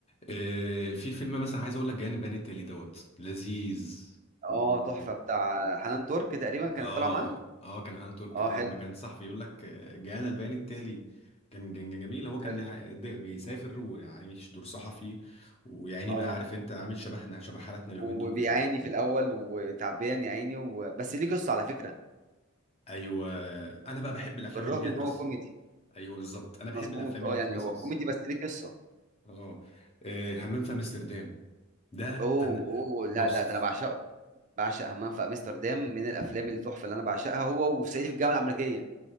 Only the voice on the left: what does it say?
آه، في فيلم مثلا عايز اقول لك جانب بيان التالي دوت لذيذ و
اه
اه كان هان ترك
اه
لما كان صحفي يقول لك آه، جانا البيان التالي كان كان كان جميل هو كان
ع- ده- بيسافر وعايش دور صحفي ويعني
بقى عارف انت عامل شبهنا شبه حالاتنا اليومين
دول كده
ايوه انا بقى بحب الافلام
اللي ليها
قصه
ايوه بالظبط انا
بحب الافلام
اللي
ليها قصص
اه آه، همام في امستردام ده
انا
بص